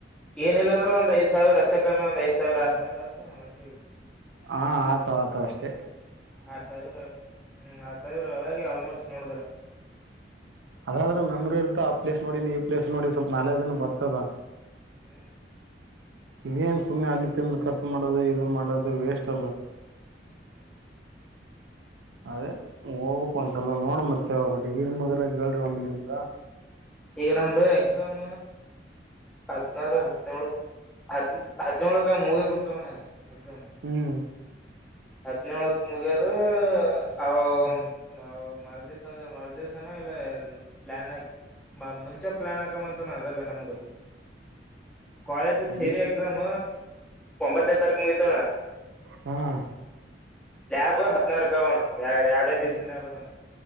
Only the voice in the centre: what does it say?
ಏನಿಲ್ಲಂದ್ರ ಒಂದ್ ಐದ ಸಾವಿರ ಹೆಚ್ಚ ಕಮ್ಮಿ ಒಂದ್ ಐದ ಸಾವಿರ ಆರ್ ಸಾವಿರ ಆಯ್ತಣ ಮನ್ಷ್ಯಿಗೆ.
ಆರ್ ಸಾವಿರ ಹ್ಮ ಆರ್ ಸಾವಿರ ಒಳಗೆ ಆಲ್ಮೋಸ್ಟ್ ನೋಡಿದ್ರ
ಹ್ಮ್
ಹ್ಮ್
ಏ ನಮ್ದು ಎಕ್ಸಾಮ್ ಹದಿನಾರು ಹದಿನೇಳು ಹದ್ ಹದ್ಿನೊಳಕ ಹಂಗ ಮುಗಿ ಕೊಡ್ತಾವಣ್ಣ ಎಕ್ಸಾಮ್
ಹದಿನೇಳಕ್ ಮುಗಿಯದು ಅವಾಗ ಅವಾಗ ಮರದ್ಸ ಅ ಮರ ದಿವ್ನ ಪ್ಲಾನ್ ಮುಂಚೆ ಪ್ಲಾನ್ ಹಾಕಂತಾನ ಅದೆಲ್ಲ ನಮ್ಗ ಕಾಲೇಜ್ ಥೇರಿ
ಎಕ್ಸಾಮ್ ಒಂಬತ್ತನೇ ತಾರೀಕು ಮುಗಿತಣ್ಣ
ಲಾಬ್ ಹದಿನಾರಕಾವಣ ಎರಡೇ ದಸ ಲಾಬ್ ಅ